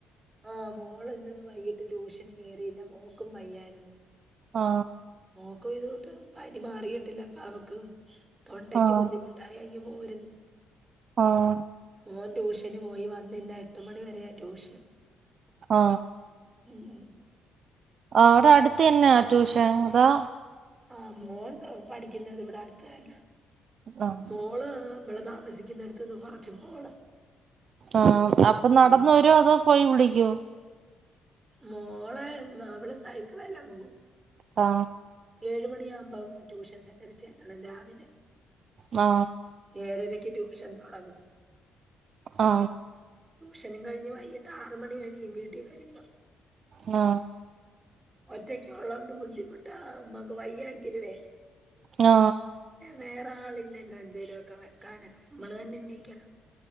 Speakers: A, on the right (about 20°); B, on the right (about 55°).
A: ആഹ് മോളിന്ന് വൈകിട്ട് ട്യൂഷന് കേറിയില്ല മോക്കും വയ്യായിരുന്നു
B: ആ
A: മോക്കു ഇതൊട്ട് പനി മാറിയിട്ടില്ല അപ്പ അവക്കും തൊണ്ടക്ക്
B: ആഹ്
A: ബുദ്ധിമുട്ട എനിക്ക് മു ഒരുന്ന്
B: ആഹ്
A: മോൻ ട്യൂഷ ഷന് പോയി വന്നില്ല എട്ടുമണിവരെയാ ട്യൂഷൻ
B: ആ
A: ഉം.
B: അവിടെ അടുത്ത്ന്നെയാ ട്യൂഷൻ അ
A: ആ മോൻ പഠിക്കുന്നത് ഇവിടെ അടുത്ത് തന്നാ
B: ആഹ്
A: മോള് വ്ളതാ സിക്കുന്നടത്തെന്ന് കൊറച്ച് പോണം
B: ആ അപ്പൊ നടന്ന്
A: ഉം.
B: വരോ അതോ പോയി വിളി ക്ക്യോ
A: മോളെ അവള് സൈക്കെളെല്ലാം പോകും
B: ആ
A: ഏഴു മണിയാമ്പോ ട്യൂഷൻ സെന്ററി ചെല്ലണം രാവിലെ
B: ആ
A: ഏഴരയ്ക്ക് ട്യൂഷൻ തൊടങ്ങും
B: ആ
A: ഷനും കഴിഞ്ഞ് വൈകിട്ട് ആറ് മണി കഴിയും വീട്ടിൽ വരുമ്പോ
B: ആ
A: ഒറ്റയ്ക്ക ഉള്ളോണ്ട് ബുദ്ധിമുട്ടാ മ്മക്ക് വയ്യായിങ്കിലുവേ
B: ആ
A: വേറെ ആളില്ലല്ലോ എന്തേലൊക്കെ വെക്കാനൊക്കെ നമ്മള് തന്നെ ണീക്കണം